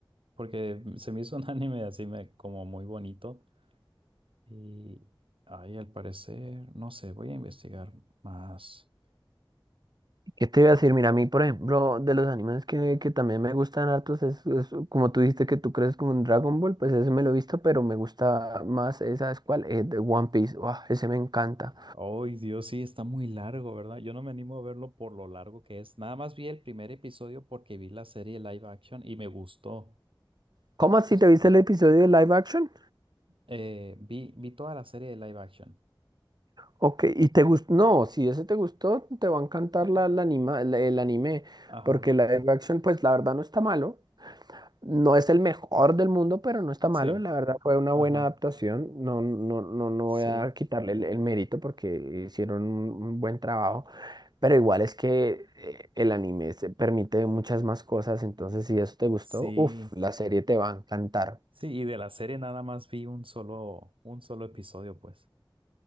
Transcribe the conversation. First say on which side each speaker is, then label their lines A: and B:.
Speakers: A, on the right; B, on the right.
A: porque se me hizo un <laughs> anime así me, como muy bonito y ahí al parecer, no sé, voy a investigar más.
B: ¿Qué te iba a decir? Mira, a mí, por ejemplo, de los animes que, que también me gustan hartos, es, es como tú dijiste que tú crees como un Dragon Ball, pues ese me lo he visto, pero me gusta más, esa es cuál, Eh, de One Piece, Uah, ese me encanta.
A: Ay, Dios, sí, está muy largo, ¿verdad? Yo no me animo a verlo por lo largo que es. Nada más vi el primer episodio porque vi la serie live action y me gustó.
B: ¿Cómo así te viste el episodio de live action?
A: Eh, vi, vi toda la serie de live action.
B: Ok, y te gustó, no, si ese te gustó, te va a encantar la, la anima, la- el anime,
A: Ajá,
B: porque la live action, pues la verdad no está malo, No es el mejor del mundo, pero no está malo.
A: sí,
B: La verdad fue una
A: ajá,
B: buena adaptación. No, no, no, no voy
A: sí.
B: a quitarle el, el mérito porque hicieron un, un buen trabajo. Pero igual es que eh, el anime se permite muchas más cosas. Entonces, si eso te gustó,
A: Sí,
B: uff, la serie te va a encantar.
A: Sí, y de la serie nada más vi un solo, un solo episodio, pues.